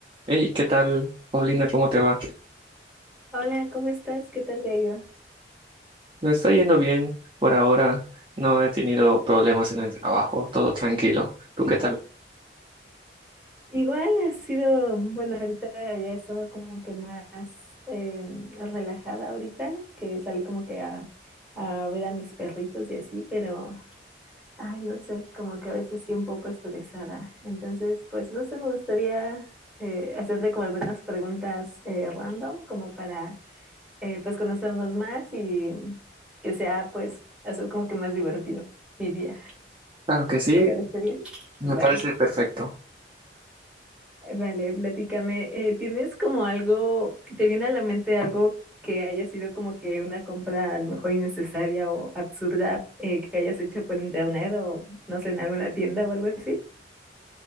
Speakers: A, on the right; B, in the centre.
A: Hey, ¿qué tal, Paulina? ¿Cómo te va?
B: Hola, ¿cómo estás? ¿Qué tal te ha ido?
A: Me está yendo bien por ahora. No he tenido problemas en el trabajo, todo tranquilo. ¿Tú qué tal?
B: Igual ha sido, bueno, ahorita ya he estado como que más eh, relajada ahorita, que salí como que a, a ver a mis perritos y así, pero, ay, no sé, como que a veces sí un poco estresada. Entonces, pues, no sé, me gustaría eh, hacerte como algunas preguntas eh, random, como para, eh, pues, conocernos más y que sea, pues, hacer como que más divertido mi día.
A: Claro que sí,
B: ¿Te parece bien?
A: me
B: Vale.
A: parece perfecto.
B: Vale, platícame. eh, ¿tienes como algo, te viene a la mente algo que haya sido como que una compra a lo mejor innecesaria o absurda eh, que hayas hecho por internet o no sé, en alguna tienda o algo así?